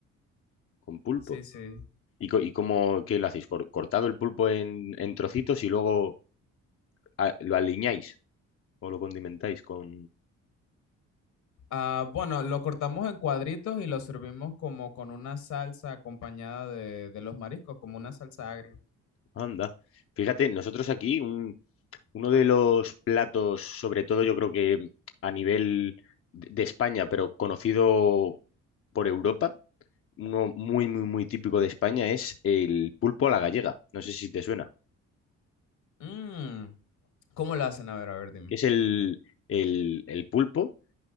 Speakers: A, on the left; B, on the left.
A: con pulpo.
B: Sí, sí.
A: ¿Y, co- y cómo, qué lo hacéis? Cor- ¿Cortado el pulpo en, en trocitos y luego a- lo aliñáis o lo condimentáis con...
B: Ah, bueno, lo cortamos en cuadritos y lo servimos como con una salsa acompañada de, de los mariscos, como una salsa agria.
A: Anda. Fíjate, nosotros aquí un, Uno de los platos, sobre todo yo creo que a nivel de de España, pero conocido por Europa, uno muy, muy, muy típico de España es el pulpo a la gallega. No sé si te suena.
B: Mm, ¿Cómo lo hacen? A ver, a ver, dime.
A: Que es el, el- el pulpo